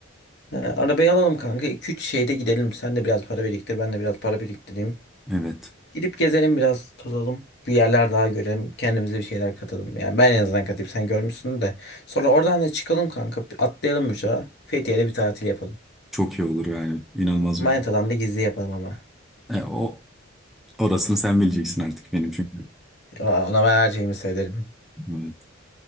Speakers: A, on the left; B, in the centre.
A: He, arabayı alalım kanka. 2-3 şeyde gidelim. Sen de biraz para biriktir. Ben de biraz para biriktireyim.
B: Evet.
A: Gidip gezelim biraz tozalım. Bir yerler daha görelim. Kendimize bir şeyler katalım. Yani ben en azından katayım. Sen görmüşsün de. Sonra oradan da çıkalım kanka. Bir Atlayalım uçağa. Fethiye'de bir tatil yapalım.
B: Çok iyi olur yani. İnanılmaz
A: Manitadan
B: bir film.
A: da gizli yapalım ama. <laughs>
B: E, o orasını sen bileceksin artık benim çünkü.
A: Aa, Ona ben her şeyimi söylerim.
B: Evet.